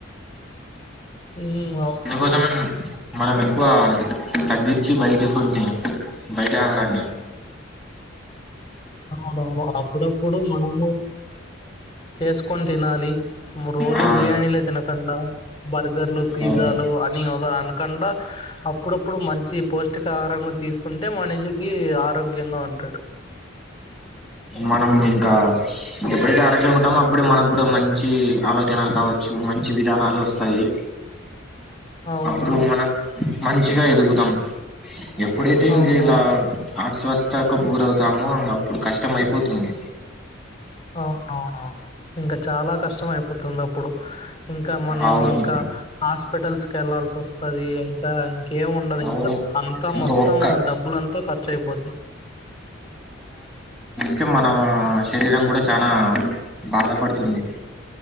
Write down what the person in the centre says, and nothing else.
అకోసమే మనం ఎక్కువ తగ్గించి బయటి ఫుడ్ని బయటి ఆహారాణి
ఆ
అవును
మనం ఇంకా ఎప్పుడైతే ఆరోగ్యంగా ఉంటామో అప్పుడే మనకు కూడా మంచి ఆలోచనలు కావచ్చు మంచి విధానాలు వస్తాయి.
అప్పుడు
మనం మంచిగా ఎదుగుతం ఎప్పుడైతే ఇంక
ఇలా అస్వస్థకు గురవుతాము ఇంగ అప్పుడు కష్టం అయిపోతుంది.
అవును
అవును
ఇంకా
ఒక్క
తం మన శరీరం కూడా చానా బాధపడుతుంది.